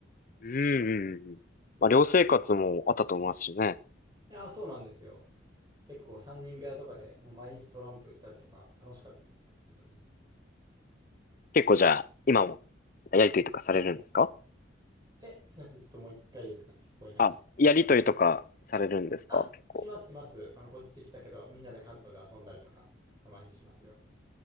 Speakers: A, on the left; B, on the right.
A: うんうんうんうん。まあ、寮生活もあったと思いますしね。
B: いや、そうなんですよ。結構3人部屋とかでもう毎日トランプしたりとか楽しかったです。本当に。
A: 結構じゃあ、今もやりとりとかされるんですか
B: え、すみません。ちょっともう一回ですか聞こえなかった。
A: あ、やりとりとかされるんですか結構。
B: あ、しますします。あの、こっち来たけど、みんなで関東で遊んだりとか、たまにしますよ。